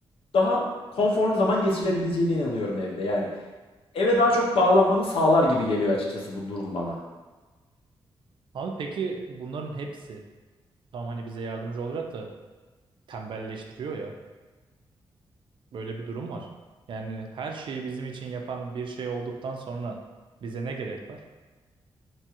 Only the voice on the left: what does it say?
daha konforlu zaman geçirebileceğine inanıyorum evde. Yani eve daha çok bağlanmanı sağlar gibi geliyor açıkçası bu durum bana.